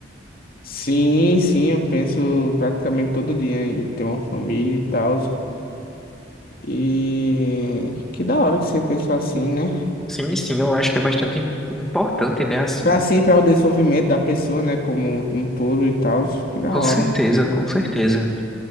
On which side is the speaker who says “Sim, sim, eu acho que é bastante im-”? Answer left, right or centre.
Centre